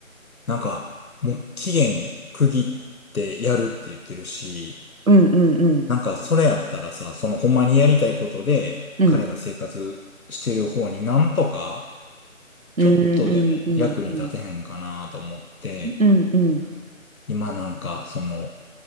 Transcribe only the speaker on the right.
うんうんうん。
うん。
うんうんうんうん。
うんうん。